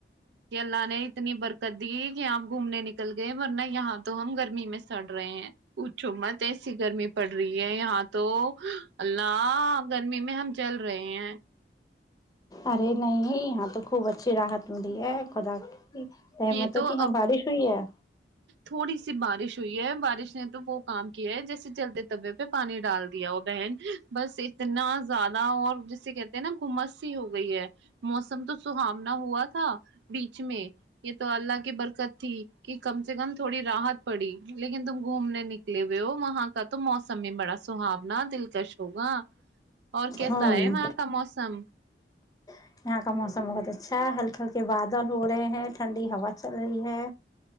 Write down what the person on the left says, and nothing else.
ارے نہیں یہاں تو خوب اچھی راحت ملی ہے خدا امت
ہے کہ
ہاں بارش ہوئی ہے
ہوں
یہاں کا موسم بہت اچھا ہلکے ہلکے بادل ہو رہے ہیں ٹھنڈی ہوا چل رہی ہے